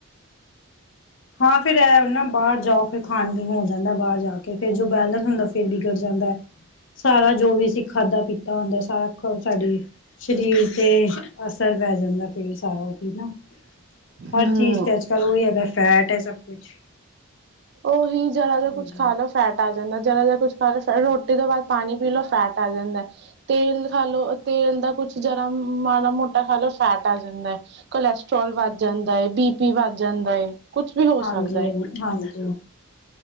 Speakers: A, on the left; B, on the right.
A: ਹਾਂ ਫੇਰ ਇਹ ਨਾ ਬਾਹਰ ਜਾਓ ਫਿਰ ਖਾਣ ਪੀਣ ਹੋ ਜਾਂਦਾ ਬਾਹਰ ਜਾ ਕੇ ਫਰ ਜੋ ਬੈਲੈਂਸ ਹੁੰਦਾ ਫਿਰ ਬਿਗੜ ਜਾਂਦਾ ਹੈ ਸਾਰਾ ਜੋ ਵੀ ਸੀ ਖਾਧਾ ਪੀਤਾ ਹੁੰਦਾ ਸਾਰਾ ਸਾਡੇ ਸਰੀਰ ਤੇ ਅਸਰ ਪੈ ਜਾਂਦਾ ਫਿਰ ਸਾਰਾ ਉਹ ਨਾ ਹਰ
B: ਹਮ
A: ਚੀਜ਼ ਤੇ ਅੱਜ ਕੱਲ੍ਹ ਉਹੀ ਹੈਗਾ ਫੈਟ ਹੈ ਸਭ ਕੁਛ।
B: ਉਹੀ ਜ਼ਰਾ ਜ
A: ਹਾਂਜੀ
B: ਕੁੱਛ ਖਾ ਲਓ ਫੈਟ ਆ ਜਾਂਦਾ। ਜਰਾ ਜਾਂ ਕੁਛ ਖਾ ਲੋ ਫਿਰ ਰੋਟੀ ਤੋਂ ਬਾਅਦ ਪਾਣੀ ਪੀ ਲੋ ਫੈਟ ਆ ਜਾਂਦਾ ਹੈ ਤੇਲ ਖਾ ਲੋ ਤੇਲ ਦਾ ਕੁੱਛ ਜਰਾ ਮਾੜਾ ਮੋਟਾ ਖਾ ਲੋ ਫੈਟ। ਜਾਂਦਾ ਹੈ ਕੋਲੈਸਟਰ੍ਰੋਲ ਵੱਧ ਵੱਧ ਜਾਂਦਾ ਹੈਏ, ਬੀ ਪੀ ਵੱਧ ਜਾਂਦਾ। ਕੁਛ ਵੀ ਹੋ ਸਕਦਾ
A: ਹਾਂਜੀ
B: ਹੈ।
A: <inaudible> ਹਾਂਜੀ,